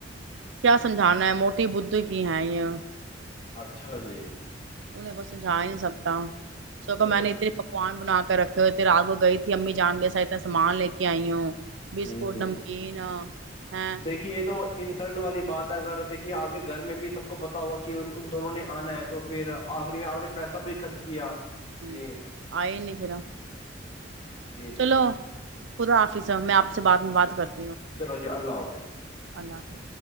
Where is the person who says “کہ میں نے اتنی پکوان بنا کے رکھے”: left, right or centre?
Right